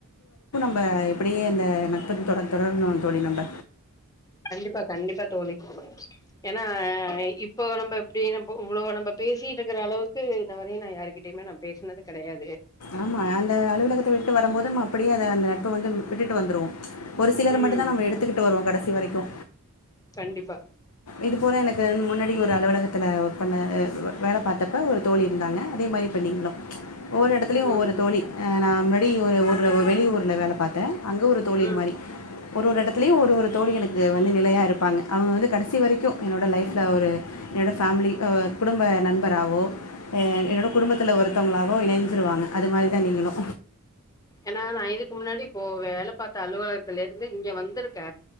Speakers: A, on the left (about 85°); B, on the left (about 15°).
A: ப இப்டியே இந்த நட்பதுன் தொடர் தொடர்னூ தோழி நம்ப
B: கண்டிப்பா கண்டிப்பா தோழி ஏனா இப்போ நம்ப எப்டின இவ்ளோ நம்ப பேசிட்டு இருக்குற அளவுக்கு இந்த வந்து நா யாருக்கிட்டயுமே நா பேசுனது கெடையா
A: ஆமா அந்த அலுவலகத்த விட்டு வரும்போதும் நா அப்டியே அத அந்த நட்ப வந்து விட் விட்டுட்டு வந்துருவோ ஒரு சிலது
B: ம்
A: மட்டு தா நம்ம எடுத்துக்கிட்டு வருவோ கடசி வரைக்கு
B: கண்டிப்பா
A: இது போன எனக்கு முன்னாடி ஒரு அலுவலகத்துல ஒர்க் பண்ண அ வேல பார்த்தப்ப ஒரு தோழி இருந்தாங்க அதே மாரி இப்போ நீங்களு ஒரு துலியு
B: ம்
A: ஒவ்வொரு தோழி ஆ நா முன்னடி ஒரு ஊர்ல ஒரு வெளி ஊர்ல வேல பாத்தே அங்கயு ஒரு தோழி இது
B: ம்
A: மாரி ஒரு ஒரு எடத்துலயு ஒரு ஒரு தோழி எனக்கு வந்து நிலையா இருப்பாங்க அவங்க வந்து கடைசி வரைக்கு என்னோட லைஃப்ல ஒரு என்னோட ஃபேமிலி ஓ குடும்ப நண்பராவோ எ என்னோட
B: ம்.
A: குடும்பத்துல ஒருத்தவங்களா வோ என்னன் துருவாங்க அது மாரிதா நீங்களு
B: ஏனா நா இதுக்கு முன்னாடி இப்போ வேல பாத்த அலுவலகத்துல இருந்து இங்க வந்துருக் க